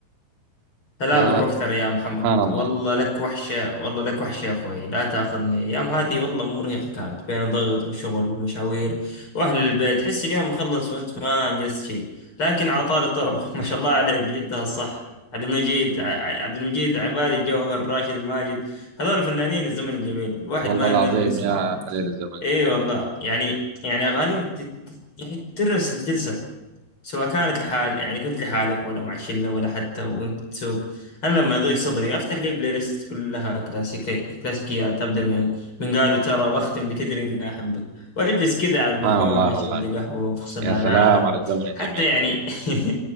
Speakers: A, on the left (about 25°); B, on the right (about 80°).
A: هلابك
B: فسبحان
A: واكثر يا محمد
B: الله
A: والله لك وحشة والله لك وحشة يا اخوي لا تاخذني ايام هذه والله مرهقة كانت بين الضغط والشغل والمشاوير واهل البيت حس اليوم مخلص وانت ما انجزت شيء لكن على طار الطرب <laughs> ما شاء الله عليك جبتها صح عبد المجيد ع- عبد المجيد عبادي جوهر راشد ماجد هذول فنانين الزمن الجميل الواحد
B: والله
A: ما
B: العظيم
A: يمل من سماعهم
B: يا خليل الزمن الجميل
A: اي والله يعني يعني اغانيهم ت- ت- يعني ترس الجلسة سواء كانت لحال يعني كنت لحالك ولا مع شلة ولا حتى وانت تسوق انا لما يضيق صدري افتح لي بلاي ليست كلها كلاسيكي كلاسيكيات ابدا من من قالوا ترى واختم بتدري اني احبك واجلس كذا على البلكونه
B: سبحان الله
A: اشرب
B: الله
A: لي قهوه وافصل
B: يا
A: عن
B: سلام
A: العالم
B: على الزمن الجميل
A: حتى يعني <laughs>